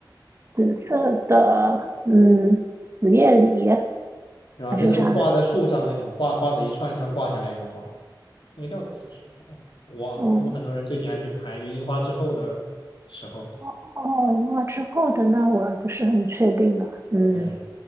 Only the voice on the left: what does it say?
是吧？就那种挂在树上的那种挂挂着一串一串挂下来那种花，
那个叫紫什么来着我忘了。
他们很多人最近还去拍，就樱花之后的时候。
对，